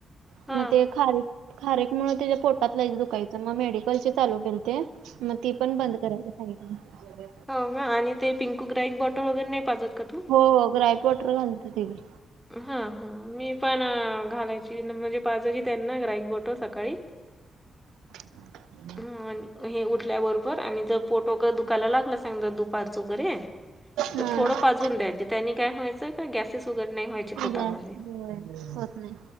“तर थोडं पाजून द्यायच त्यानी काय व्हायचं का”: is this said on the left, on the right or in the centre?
Centre